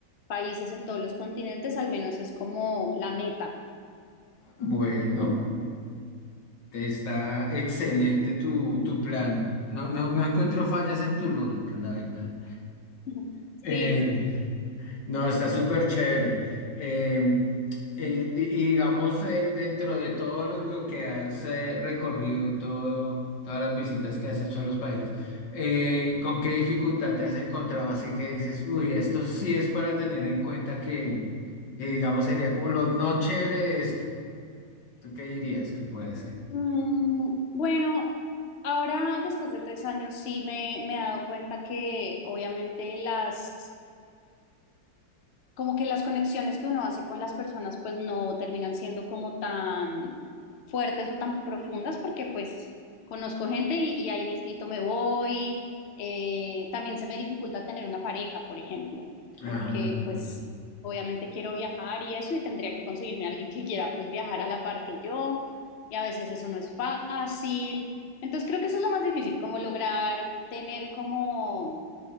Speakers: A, on the left; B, on the left.
A: países en todos los continentes, al menos es como la meta.
B: Bueno, está excelente tu, tu plan. No, no, no encuentro fallas en tu lógica, la verdad.
A: <laughs>
B: Eh,
A: Sí, sí.
B: No, está súper chévere. Eh, eh, di- y digamos, eh, dentro de todo lo, lo que has eh, recorrido y todo, todas las visitas que has hecho a los países, eh, ¿con qué dificultad te has encontrado? Así que dices, uy, esto sí es para tener en cuenta que, que, digamos, sería como lo no chévere de esto. ¿Tú qué dirías que puede ser?
A: Mm, bueno, ahora después de tres años sí me, me he dado cuenta que obviamente las como que las conexiones que uno hace con las personas pues no terminan siendo como tan fuertes o tan profundas porque pues conozco gente y, y ahí mismito me voy. Eh, también se me dificulta tener una pareja, por ejemplo,
B: Ajá,
A: porque
B: correcto.
A: pues obviamente quiero viajar y eso y tendría que conseguirme a alguien que quiera pues viajar a la par que yo y a veces eso no es fácil. Entonces creo que eso es lo más difícil, como lograr tener como